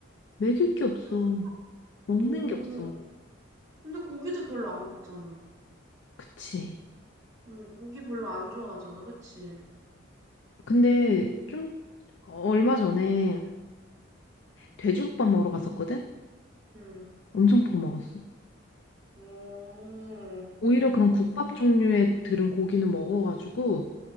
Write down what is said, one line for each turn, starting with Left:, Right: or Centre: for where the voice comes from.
Left: 먹일 게 없어.
Right: 생
Left: 먹는
Right: 오,
Left: 게 없어.
Right: 근데 고기도 별로 안 먹잖아.
Left: 그치.
Right: 응, 고기 별로 안 좋아하잖아, 그치?
Left: 근데 좀 얼마 전에 돼지국밥 먹으러 갔었거든?
Right: 응.
Left: 엄청 퍼먹었어.
Right: 오,
Left: 오히려 그런 국밥 종류의 들은 고기는 먹어가지고